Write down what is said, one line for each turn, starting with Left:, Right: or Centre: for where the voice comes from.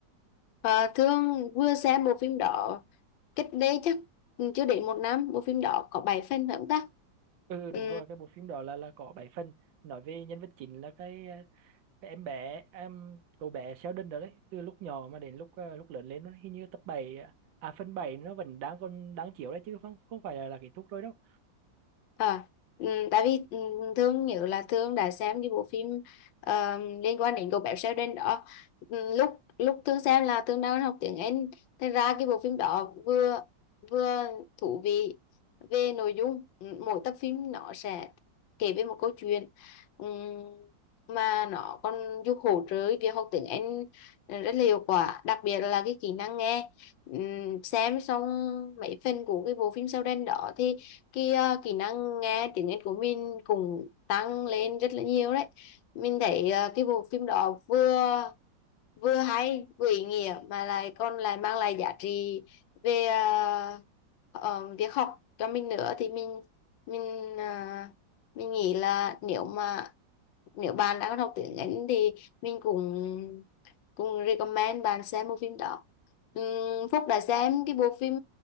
Left: Ờ, thưa vừa xem bộ phim đó cách đây chắc chưa đến một năm bộ phim đó có 7 phần phải không ta
Right: ừ
Left: ừ,
Right: đúng rồi cái bộ phim đó là là có bảy phần nói về nhân vật chính là cái Cái em bé em cậu bé Sheldon đó đấy từ lúc nhỏ mà đến lúc ờ, lúc lớn lên nó hình như tập bảy à phần bảy nó vẫn đang còn đang chiếu đấy chứ không không phải là, là kết thúc rồi đâu
Left: À, ừ, tại vì ừ, Thương nhớ là Thương đã xem cái bộ phim ờ, liên quan đến cậu bé Sheldon đó Ừ, lúc lúc Thương xem là Thương đang học tiếng Anh thành ra cái bộ phim đó vừa vừa thú vị về nội dung Ừ, mỗi tập phim nó sẽ kể về một câu chuyện Ừm, mà nó còn giúp hỗ trợ việc học tiếng Anh rất là hiệu quả đặc biệt là cái kỹ năng nghe Ừm, xem xong mấy phần của cái bộ phim Sheldon đó thì cái ờ, kỹ năng nghe tiếng Anh của mình cũng tăng lên rất là nhiều đấy mình thấy ờ, cái bộ phim đó vừa vừa hay vừa ý nghĩa mà lại còn lại mang lại giá trị về ờ, ờ, việc học cho mình nữa thì mình mình ờ, mình nghĩ là nếu mà nếu bạn đang học tiếng Anh thì mình cũng cũng recommend bạn xem bộ phim đó Ừm, Phúc đã xem cái bộ phim